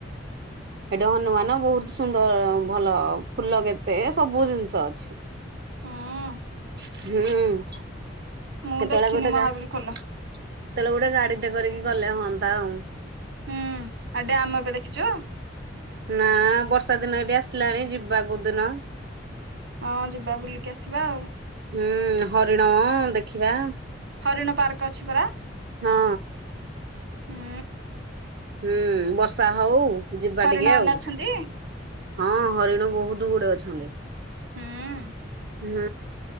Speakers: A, on the right; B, on the right.
A: ଏଇଟା ହନୁମାନ ବହୁତ ସୁନ୍ଦର ଭଲ ଫୁଲ କେତେ ସବୁ ଜିନିଷ ଅଛି।
B: ହୁଁ
A: <unintelligible>
B: ମୁଁ
A: ଗଟେ
B: ଦେଖିନି
A: ଗାଡି
B: ମହାବୀର ଖୋଲ
A: ଟେ କରିକି ଗଲେ ହୁଅନ୍ତା ଆଉ।
B: ହୁଁ ଆଉ ଡ୍ୟାମ ଏବେ ଦେଖିଛୁ?
A: ନା ବର୍ଷା ଦିନ ଏଇଠି ଆସିଲାଣି ଯିବା କୋଉ ଦିନ।
B: ହଁ ଯିବା ବୁଲିକି ଆସିବା ଆଉ।
A: ହୁଁ ହରିଣ ଦେଖିବା।
B: ହରିଣ ପାର୍କ ଅଛି ପରା ହୁଁ।
A: ହଁ ହୁଁ ବର୍ଷା ହୋଉ ଯିବା
B: ହରିଣ
A: ଟିକେ
B: ମାନେ
A: ଆଉ।
B: ଅଛନ୍ତି
A: ହଁ ହରିଣ ବୋହୁତ ଗୁଡେ ଅଛନ୍ତି।
B: ହୁଁ।
A: ହୁଁ।